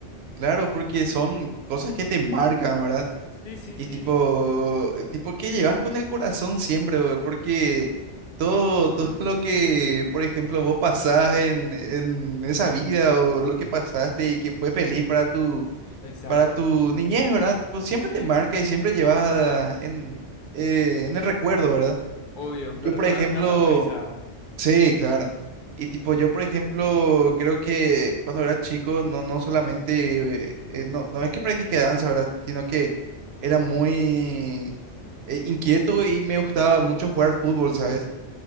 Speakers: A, on the right (about 65°); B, on the left (about 55°).
A: claro, porque son cosas que te marcan, ¿verdad?
B: Sí, sí,
A: Y
B: sí.
A: tipo, eh, tipo que llevas con el corazón siempre, bro, porque todo, todo <laughs> lo que, por ejemplo, vos pasás en, en esa vida o lo que pasaste y que fue feliz para tu,
B: Exacto.
A: para tu niñez, ¿verdad? Tipo, siempre
B: Sí.
A: te marca y siempre llevas en, eh, en el recuerdo, ¿verdad?
B: Obvio, lo
A: Yo,
B: recordás
A: por ejemplo...
B: con una sonrisa.
A: Sí, claro. Y tipo, yo por ejemplo, creo que cuando era chico, no, no solamente, eh, eh, no, no es que practiqué danza, ¿verdad? Sino que era muy eh, inquieto y me gustaba mucho jugar fútbol, ¿sabes?